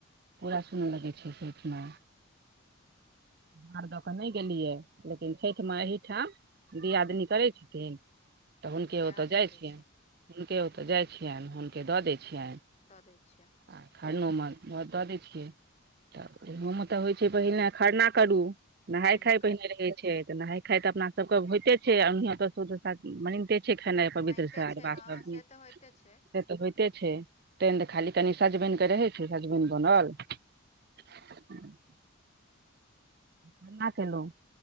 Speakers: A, on the right; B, on the left.
A: पूरा सुन लगै छै छठि मे भार दऽ कऽ नहि गेलियै लेकिन छठिमे एठाम दियादनी करै छथिन तऽ हुनके ओतऽ
B: अहाँ
A: जाइत
B: दऽ दै
A: छियनि हुनके ओतऽ जाइत छियनि हुनके दऽ दै छियनि
B: दऽ दै छियनि
A: आ खरनोमे दऽ दै छियै तऽ ओहोमे तऽ होइ छै पहिने खरना करू
B: छियनि
A: नहाय खाय पहिने रहै छै तऽ नहाय खाय तऽ अपना सबके होइते छै <unintelligible> छै खेनाइ पवित्र
B: मानिते
A: स अरबा
B: छै हँ
A: सबचीज
B: से तऽ होइते
A: से
B: छै
A: तऽ होइते छै तहन तऽ खाली कनि सजमनि केँ रहै छै सजमनि बनल <inaudible> खरना केलहुँं